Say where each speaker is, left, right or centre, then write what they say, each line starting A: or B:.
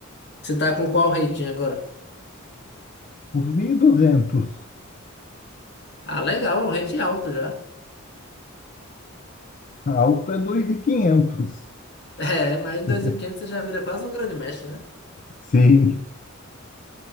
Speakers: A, on the left (about 55°); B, on the left (about 40°).
A: Você tá com qual rating agora?
B: Os 1.200.
A: Ah, legal, é um rating alto já. <laughs>
B: Alto é 2.500.
A: É, mas em 2.500
B: <laughs>
A: você já vira quase um grande mestre, né?
B: Sim,